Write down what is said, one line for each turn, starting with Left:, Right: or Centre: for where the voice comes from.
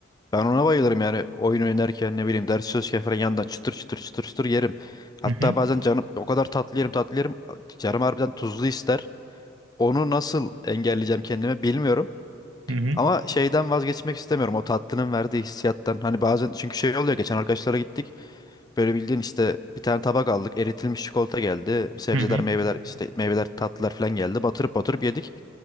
Left: Ben ona bayılırım yani oyun oynarken ne bileyim ders çalışırken falan yandan çıtır çıtır çıtır çıtır yerim. Hatta
Right: Hı hı.
Left: bazen canım o kadar tatlı yerim tatlı yerim canım harbiden tuzlu ister. Onu nasıl engelleyeceğim kendime bilmiyorum.
Right: Hı hı.
Left: Ama şeyden vazgeçmek istemiyorum. O tatlının verdiği hissiyattan. Hani bazen çünkü şey oluyor. Geçen arkadaşlara gittik. Böyle bildiğin işte bir tane tabak aldık. Eritilmiş çikolata geldi. Sebzeler,
Right: Hı hı.
Left: meyveler işte meyveler, tatlılar falan geldi. Batırıp batırıp yedik.